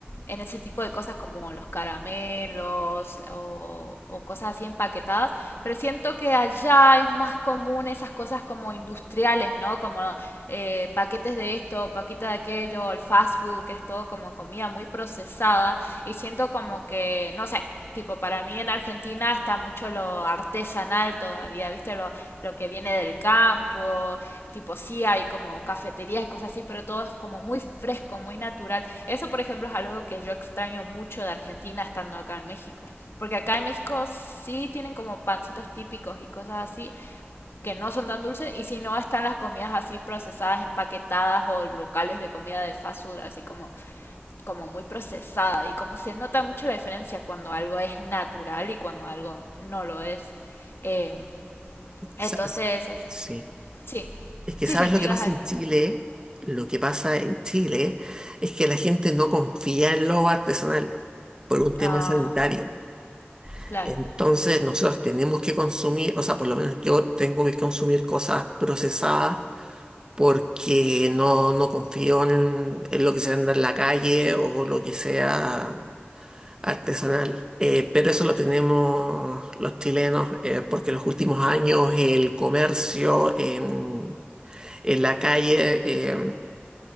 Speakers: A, on the left; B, on the right.
A: en ese tipo de cosas como los caramelos o, o cosas así empaquetadas, pero siento que allá es más común esas cosas como industriales, ¿no? Como eh, paquetes de esto, paquetes de aquello, el fast food, que es todo como comida muy procesada, y siento como que, no sé. Tipo, para mí en Argentina está mucho lo artesanal todavía, ¿viste? Lo, lo que viene del campo, tipo sí hay como cafeterías y cosas así, pero todo es como muy fresco, muy natural. Eso, por ejemplo, es algo que yo extraño mucho de Argentina estando acá en México. Porque acá en México sí tienen como pancitos típicos y cosas así que no son tan dulces y si no están las comidas así procesadas, empaquetadas o locales de comida de fast food así como, como muy procesada y como se nota mucho la diferencia cuando algo es natural y cuando algo no lo es. Eh, entonces,
B: Sa- Sí.
A: sí,
B: Es que
A: sí,
B: ¿sabes
A: sí, me
B: lo que
A: ibas
B: pasa
A: a decir...
B: en Chile? Lo que pasa en Chile es que la gente no confía en lo artesanal por un tema
A: ah,
B: sanitario.
A: Claro,
B: Entonces nosotros tenemos que consumir, o sea, por lo menos yo tengo que consumir cosas procesadas porque no, no confío en, en lo que se anda en la calle o lo que sea artesanal. Eh, pero eso lo tenemos los chilenos, eh, porque los últimos años el comercio en, en la calle, eh,